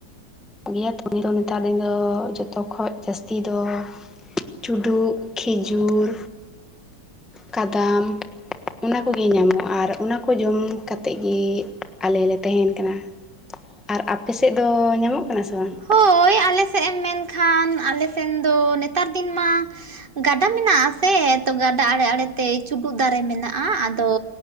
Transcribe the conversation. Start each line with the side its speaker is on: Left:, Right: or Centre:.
Centre: ᱜᱮᱭᱟᱛ ᱩᱱ ᱫᱚ ᱱᱮᱛᱟᱨ ᱫᱤᱱ ᱫᱚ ᱡᱚᱛᱚ ᱠᱷᱚᱡ ᱡᱟᱹᱥᱛᱤ ᱫᱚ ᱪᱩᱰᱩᱜ ᱠᱷᱤᱡᱩᱨ ᱠᱟᱫᱟᱢ ᱚᱱᱟ ᱠᱚᱜᱮ ᱧᱟᱢᱚᱜᱼᱟ ᱟᱨ ᱚᱱᱟᱠᱚ ᱡᱚᱢ ᱠᱟᱛᱮᱫ ᱜᱮ ᱟᱞᱮ ᱞᱮ ᱛᱟᱦᱮᱱ ᱠᱟᱱᱟ᱾ ᱟᱨ ᱟᱯᱮ ᱥᱮᱫ ᱫᱚ ᱧᱟᱢᱚᱜ ᱠᱟᱱᱟ ᱥᱮ ᱵᱟᱝ?
Right: ᱦᱳᱭ ᱟᱞᱮᱥᱮᱫ ᱮᱢ ᱢᱮᱱᱠᱷᱟᱱ ᱟᱞᱮ ᱥᱮᱱ ᱫᱚ ᱱᱮᱛᱟᱨ ᱫᱤᱱ ᱢᱟ ᱜᱟᱰᱟ ᱢᱮᱱᱟᱜ ᱟᱥᱮ ᱛᱚ ᱜᱟᱰᱟ ᱟᱲᱮ ᱟᱲᱮᱛᱮ ᱪᱩᱰᱩᱜ ᱫᱟᱨᱮ ᱢᱮᱱᱟᱜᱼᱟ, ᱟᱫᱚ